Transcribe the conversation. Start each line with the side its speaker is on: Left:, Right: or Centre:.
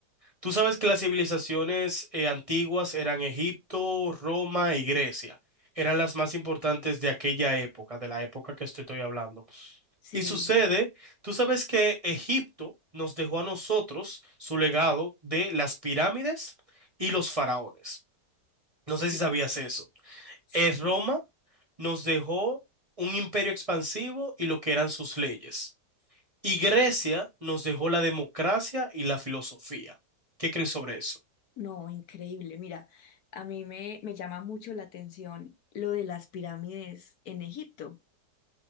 Right: Tú sabes que las civilizaciones eh, antiguas eran Egipto, Roma y Grecia. Eran las más importantes de aquella época, de la época que estoy estoy hablando.
Left: sí,
Right: Y sucede, tú sabes que Egipto nos dejó a nosotros su legado de las pirámides y los faraones. No
Left: sí,
Right: sé si sabías eso.
Left: sí.
Right: Eh, Roma nos dejó un imperio expansivo y lo que eran sus leyes. Y Grecia nos dejó la democracia y la filosofía. ¿Qué crees sobre eso?
Left: No, increíble. Mira, a mí me, me llama mucho la atención lo de las pirámides en Egipto.